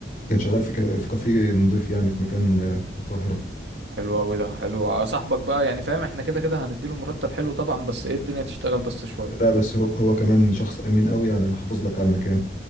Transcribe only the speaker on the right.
حلو قوي ده حلو آه، صاحبك بقى يعني فاهم احنا كده كده هنديله مرتب حلو طبعا بس ايه الدنيا تشتغل بس شوية